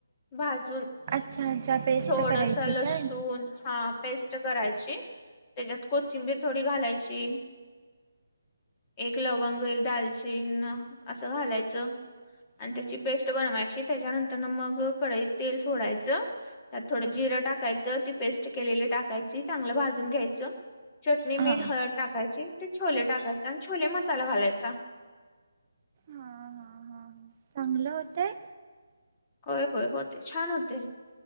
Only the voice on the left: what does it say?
भाजून
थोडस
लसूण,
हां पेस्ट करायची त्याच्यात कोथिंबीर थोडी घालायची एक लवंग
एक दालचीन, असं घालायचं आणि
त्याची
पेस्ट बनवायची. त्याच्यानंतर न मग कढईत तेल सोडायचं, त्यात थोड
जिरं टाकायचं ती पेस्ट केलेली टाकायची चांगलं भाजून घ्यायचं चटणी, मीठ,
हळद टाकायची, ते छोले टाकायचे आणि छोले मसाला घालायचा
होय, होय, होते छान होते